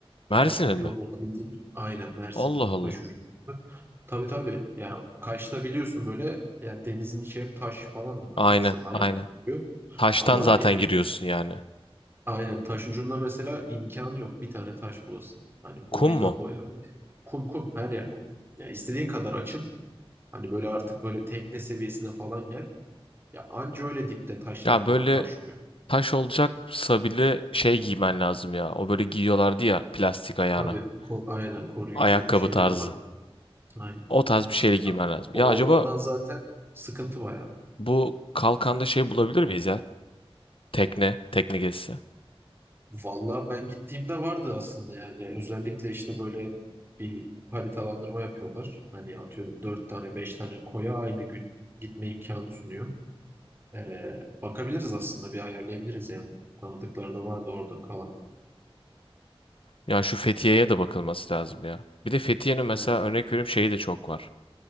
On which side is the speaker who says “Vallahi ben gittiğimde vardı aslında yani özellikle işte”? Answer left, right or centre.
Right